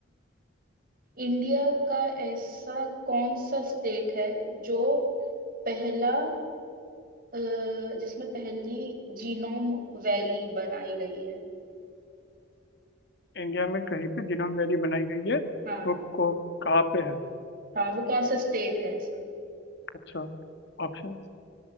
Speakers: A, on the right (about 45°); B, on the left (about 55°).
A: इंडिया का ऐसा कौन सा स्टेट है जो पहला अ, जिसमें पहली जीनोम वैली बनाई गई है
B: इंडिया में कहीं पे जिनोम वैली बनाई गई है
A: हाँ
B: वो को कहाँ पे है
A: हाँ वो कौन सा स्टेट है ऐसा
B: अच्छा ऑप्शन